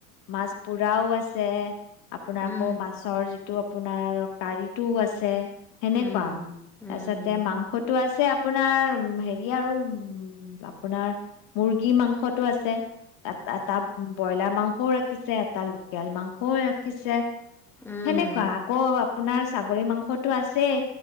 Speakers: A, on the left; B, in the centre.
A: মাছ পুৰাও আছে। আপোনাৰ
B: উম
A: আকৌ মাছৰ যি টো আপোনাৰ অলপ কাৰিটোও আছে। সেনেকোৱা,
B: উম উম
A: তাৰপিছতে মাংসত <unintelligible> আছে আপোনাৰ হেৰি আৰু আপোনাৰ মুৰ্গী মাংসটো আছে। এট-এটা উম ব্ৰইলাৰ মাংসও ৰাখিছে এটা লোকেল মাংসও <inaudible> ৰাখিছে।
B: উম
A: সেনেকোৱা আকৌ আপোনাৰ ছাগলী মাংসটো আছেই।